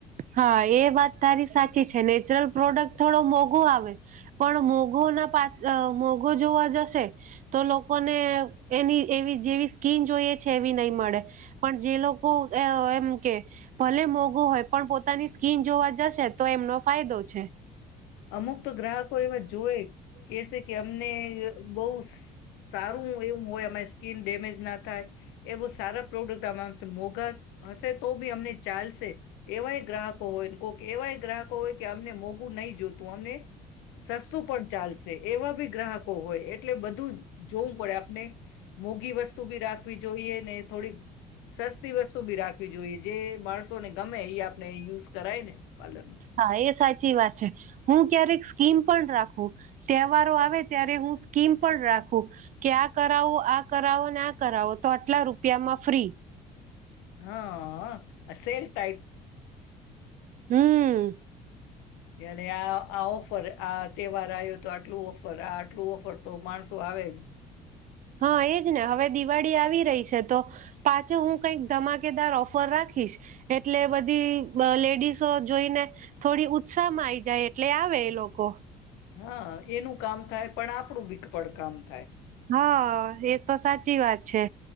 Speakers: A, on the right; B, on the left.
A: હા એ વાત તારી સાચી છે નેચરલ પ્રોડક્ટ થોડો મોઘું આવે પણ મોઘુ ના પાસે મોઘો જોવા જશે તો લોકોને એની એવી જેવી સ્કીન જોઈએ છે એવી નહી મળે પણ જે લોકો એમ કે ભલે મોઘું હોય પણ પોતાની સ્કીિન જોવા જશે તો એમનો ફાયદો છે
B: અમુક તો ગ્રાહકો એમાં જોવે કે છે કે અમને બહુ સારું એવું હોય અમા સ્કીન ડેમેજ ના થાય એ બહ સારા પ્રોડક્ટ આમશે મોઘા હશે તો બી અમને ચાલશે એવાય ગ્રાહકો હોય કોઈક એવાય ગ્રાહકો હોય કે અમને મોંઘું નહીં જોત પોને સસ્તું પણ ચાલશે એવા બી ગ્રાહકો હોય એટલે બધું જ જોવું પડે આપને મોઘી વસ્તુ બી રાખવી જોઈએ ને થોડીક સસ્તી વસ્તુ બી રાખવી જોઈએ જે માણસ ને ગમે એ આપણે યુઝ કરાય ને પાર્લરમાં
A: હા એ સા સાચી વાત છે હું ક્યારેક સ્કીમ પણ રાખું તહેવારો આવે ત્યારે હું સ્કીમ પણ રાખું કે આ કરાવો આ કરાવો આ કરાવો તો આટલા રૂપિયામાં ફ્રી
B: હા સેલ ટઇપ
A: હમ
B: હે ને આ આ ઓફર આ તહેવાર આવ્યો તો આટલું ઓફર આ આટલું ઓફર તો માણસો આવે જ.
A: હા એજ ને હવે દિવાળી આવી રહી છે તો પાછો હું કઈક ધમાકેદાર ઓફર રાખીશ એટલે બધી લેડીસો જોઈને થોડી ઉત્સાહ માં આઈ જાય એટલે આવે એ લોકો
B: હા એનું કામ થાય પણ આપણું બીપ કામ થાય.
A: હા એ તો સાચી વાત છે